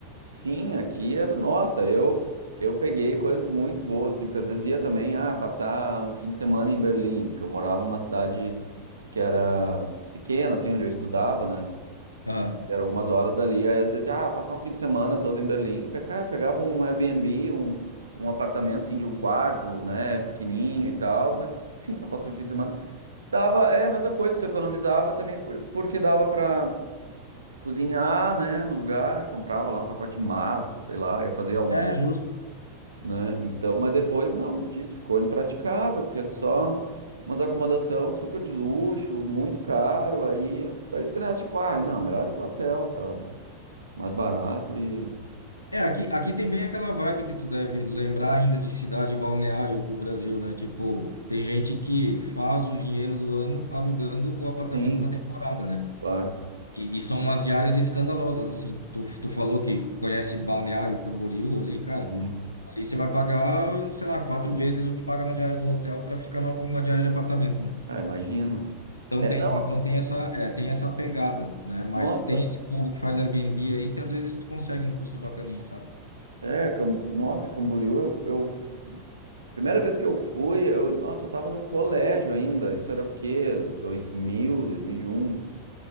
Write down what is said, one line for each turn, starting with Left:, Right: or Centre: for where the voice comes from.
Right: Sim, aqui era, nossa, eu eu peguei coisas muito boas, assim, porque às vezes ia também, ah, passar um fim de semana em Berlim, porque eu morava numa cidade que era pequena, assim, onde eu estudava, né?
Left: Aham.
Right: E era algumas horas dali, aí às vezes, ah, passar um fim de semana todo em Berlim. Eu peca- pegava um Airbnb, um, um apartamento, assim, de um quarto, né, pequenininho e tal, mas, enfim, para passar um fim de semana. Dava, é a mesma coisa, tu economizava também, por, porque dava para cozinhar, né, no lugar, comprava lá um pacote de massa, sei lá, ia fazer almoço,
Left: É, justo.
Right: né? Então, mas depois não, como disse, ficou impraticável, porque é só umas acomodação super de luxo, muito caro, aí aí fica nessa tipo, ah, não, melhor ir pro hotel, sabe? Mais barato e
Left: É, aqui, aqui tem bem aquela vibe que tu deve lembrar ainda de cidade balneário do Brasil, né? Tipo, tem gente que faz o dinheiro do ano alugando o apartamento
Right: sim,
Left: na temporada, né?
Right: claro.
Left: E, e são umas diárias escandalosas, assim. Tu, tu falou que conhece Balneário Camboriú ali, cara.
Right: Uhum.
Left: Ali você vai pagar, sei lá, quatro vezes o que paga na diária de um hotel para ficar numa numa diária de apartamento, né?
Right: Ah, imagino.
Left: Então
Right: É,
Left: tem,
Right: não,
Left: então tem essa, é, tem essa pegada, né? Mas
Right: nossa,
Left: tem esse povo que faz Airbnb aí que às vezes tu consegue um custo bacaninha, sabe?
Right: é, Cam- nossa, Camboriú, eu, eu Primeira vez que eu fui, eu, nossa, eu tava no colégio ainda. Isso era o quê? dois mil, dois mil e um